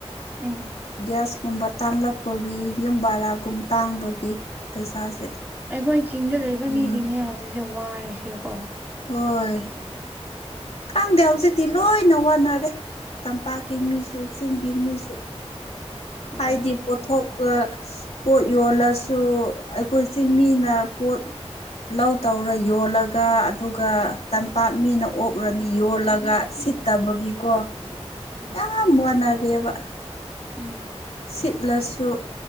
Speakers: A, on the right (about 15°); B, on the left (about 65°).
A: ꯎꯝ
B: ꯒ꯭ꯌꯥꯁꯀꯨꯝꯕ ꯇꯥꯟꯂꯛꯄꯒꯤ ꯌꯨꯝ ꯕꯔꯥꯒꯨꯝ ꯇꯥꯡꯕꯒꯤ ꯄꯩꯁꯥꯁꯦ
A: ꯑꯩꯈꯣꯏ ꯆꯤꯡꯗ ꯂꯩꯕ
B: ꯎꯝ
A: ꯃꯤꯁꯤꯡꯅꯦ ꯍꯧꯖꯤꯛꯁꯦ ꯋꯥꯔꯤꯁꯦꯀꯣ
B: ꯍꯣꯏ ꯈꯪꯗꯦ ꯍꯧꯖꯤꯛꯇꯤ ꯂꯣꯏꯅ ꯋꯥꯅꯔꯦ ꯇꯝꯄꯥꯛꯀꯤ ꯃꯤꯁꯨ ꯆꯤꯡꯒꯤ ꯃꯤꯁꯨ
A: ꯎꯝ
B: ꯍꯥꯏꯗꯤ ꯄꯣꯠꯊꯣꯛ ꯄꯣꯠ ꯌꯣꯜꯂꯁꯨ ꯑꯩꯈꯣꯏ ꯆꯤꯡꯃꯤꯅ ꯄꯣꯠ ꯂꯧ ꯇꯧꯔ ꯌꯣꯜꯂꯒ ꯑꯗꯨꯒ ꯇꯝꯄꯥꯛ ꯃꯤꯅ ꯑꯣꯛꯂꯅꯤ ꯌꯣꯜꯂꯒ ꯁꯤꯠ ꯇꯥꯕꯒꯤꯀꯣ
A: ꯎꯝ
B: ꯌꯥꯝ ꯋꯥꯅꯔꯦꯕ
A: ꯎꯝ
B: ꯁꯤꯠꯂꯁꯨ